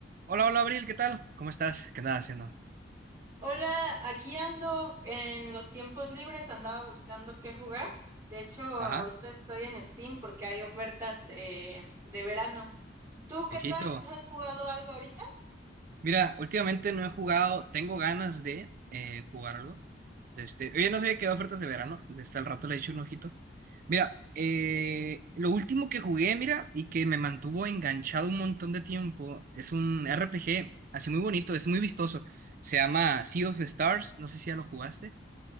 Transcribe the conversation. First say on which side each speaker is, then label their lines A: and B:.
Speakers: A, on the right; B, on the right.
A: Hola, hola Abril, ¿qué tal? ¿Cómo estás? ¿Qué andas haciendo?
B: Hola, aquí ando en los tiempos libres, andaba buscando qué jugar. De hecho, ahorita
A: Ajá,
B: estoy en Steam porque hay ofertas eh, de verano. ¿Tú qué
A: ojito.
B: tal? ¿No has jugado algo ahorita?
A: Mira, últimamente no he jugado, tengo ganas de eh, jugarlo. Este, oye, no sabía que había ofertas de verano, hasta el rato le he hecho un ojito. Mira, eh, lo último que jugué, mira, y que me mantuvo enganchado un montón de tiempo, es un RPG, así muy bonito, es muy vistoso. Se llama Sea of Stars, no sé si ya lo jugaste.